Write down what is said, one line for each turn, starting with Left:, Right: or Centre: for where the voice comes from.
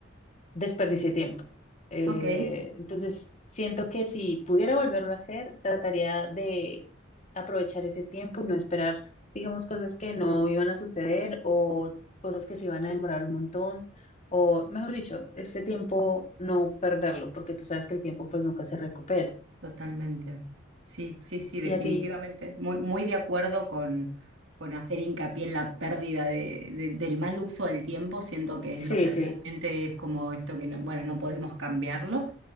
Left: desperdicié tiempo. Eh,
Right: Ok,
Left: entonces, siento que si pudiera volverlo a hacer, trataría de aprovechar ese tiempo y no esperar, digamos, cosas que no iban a suceder o cosas que se iban a demorar un montón, o mejor dicho, ese tiempo no perderlo, porque tú sabes que el tiempo pues nunca se recupera.
Right: totalmente. Sí, sí, sí, definitivamente.
Left: Y a ti,
Right: Muy, muy de acuerdo con, con hacer hincapié en la pérdida de, de- del mal uso del tiempo. Siento que es
Left: sí,
Right: lo que
Left: sí.
Right: realmente es como esto que no, bueno, no podemos cambiarlo.